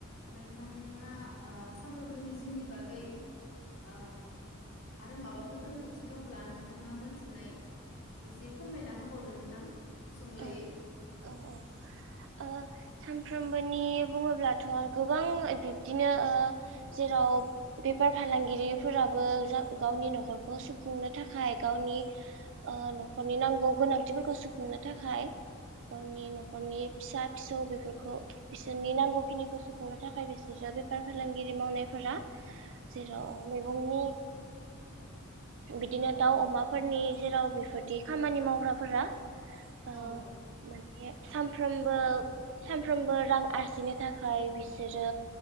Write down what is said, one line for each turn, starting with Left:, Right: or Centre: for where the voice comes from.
Left: नोंथाङा ओ सानफ्रोमबोनि जिउनि बागै ओ आरो माबाफोर रोंगौथि दंब्ला नोंथाङा मोनथिनाय एसे फोरमायना होबावदो नोंथां सुंद'यै
Right: औ-औ-औ ओ सान फ्रोमबोनि बुङोब्लाथ' गोबां बिब्दिनो ओ जेराव बेफार फा लांगिरिफोराबो गावनि न'खरखौ सुफुंनो थाखाय गावनि ओ न'खर नि नांगौ गोनांथिफोरखौ सुफुंनो थाखाय गावनि न'खरनि फिसा फिसौ बेफोरखौ बिसोरनि नांगौ खिनिखौ सुफुंनो थाखाय बेसोर जों बेफार फालांगिरि मावनायफोरा जेराव मैगंनि ओ बिदिनो दाउ अमाफोरनि जेराव बेफोरदि खामानि मावग्राफोरा ओ
Left: औ
Right: माने सानफ्रोमबो सानफ्रोमबो रां आरजिनो थाखाय बिसोरो